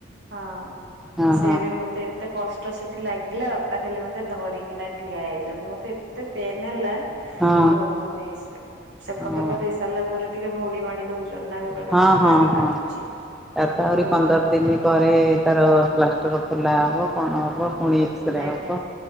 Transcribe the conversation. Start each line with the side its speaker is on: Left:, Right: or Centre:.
Right: ହଁ
Centre: ହଁ
Right: ସେ ବି ମତେ ତେ ଏତେ କଷ୍ଟ ସେଠି ଲାଗିଲା ବାପା ଖାଲି ମତେ ଧରିକିନା ଠିଆ ହେଇଛନ୍ତି ମତେ ଏତେ ପେନ୍ ହେଲା
Centre: ହଁ ହଁ
Right: କୁହନ୍ତୁନି ଏସେ। ସେକ
Centre: ହଁ
Right: ଫେକ ଦେଇ ସାରିଲା ପରେ ଟିକେ ମୋଡି ମାଡି ଦଉଛନ୍ତୀ ଅନା ଗୋଡ
Centre: ହଁ
Right: ଟାକୁ
Centre: ହଁ
Right: ଭାରି
Centre: ହଁ।
Right: କାଟୁଛି।
Centre: ତାର ତ ଆହୁରି
Right: ବହୁତ
Centre: ପନ୍ଦର ଦିନ ପରେ ତାର ପ୍ଲାଷ୍ଟର ଖୋଲା ହବ କଣ ହବ ପୁଣି ଏକ୍ସରେ
Right: ଆଜ୍ଞା।
Centre: ହବ।